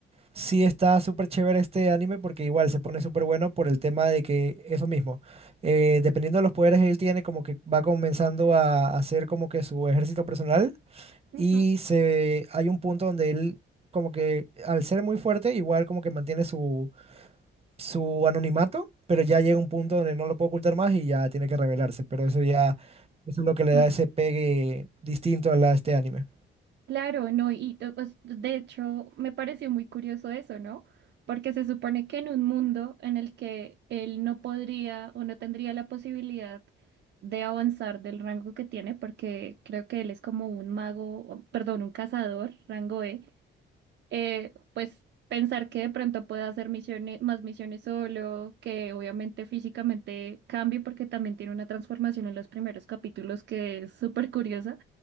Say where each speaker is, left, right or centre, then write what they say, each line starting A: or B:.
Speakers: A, on the right; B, on the right.
A: sí está súper chévere este anime porque igual se pone súper bueno por el tema de que eso mismo, eh, dependiendo de los poderes que él tiene, como que va comenzando a hacer como que su ejército personal
B: Ujú.
A: y se, hay un punto donde él, como que al ser muy fuerte, igual como que mantiene su, su anonimato, pero ya llega un punto donde no lo puede ocultar más y ya tiene que revelarse. Pero eso ya, eso es lo que le
B: La-
A: da ese pegue distinto a la, a este anime.
B: Claro, no, y to- pues, de hecho me pareció muy curioso eso, ¿no? Porque se supone que en un mundo en el que él no podría o no tendría la posibilidad de avanzar del rango que tiene, porque creo que él es como un mago, o- perdón, un cazador, rango E, eh, pues pensar que de pronto pueda hacer misiones, más misiones solo, que obviamente físicamente cambie porque también tiene una transformación en los primeros capítulos que es súper curiosa,